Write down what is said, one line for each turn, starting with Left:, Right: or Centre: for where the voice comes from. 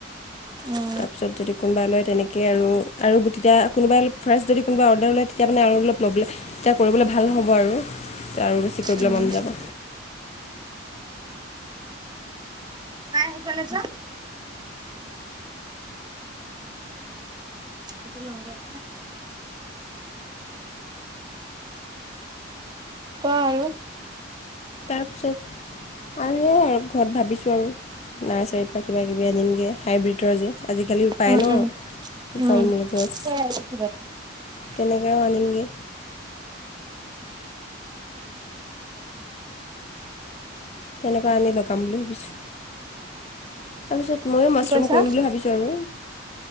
Right: উম,
Left: তাৰপিছত যদি কোনোবাই লয়, তেনেকৈ আৰু তেতিয়া কোনোবাই ফাৰ্ষ্ট যদি কোনোবাই অৰ্ডাৰ লয় তেতিয়া মানে আৰু ভাল হ'ব আৰু এ আৰু বেছি কৰিবলৈ
Right: উম
Left: মন যাব
Right: নাই <unintelligible> এটোয়া লং ৰই ক আৰু আৰু
Left: তাৰ পিছত আৰু সয়াই আৰু ঘৰত ভাবিছো আৰু নাৰ্চাৰীৰ পৰা কিব-কিবি আনিমগৈ হাইব্ৰীিডৰ যে আজিকালি পায়
Right: উম
Left: ন
Right: উম উম
Left: ফলমূল গছ
Right: <inaudible>
Left: তেনেকৈও আনিমগৈ তেনেকুৱা আনি লগাম বুলি ভাবিছো তাৰপিছত- ময়ো মাছৰুম
Right: কি কৈছা
Left: কৰিম বুলি ভাবিছো আৰু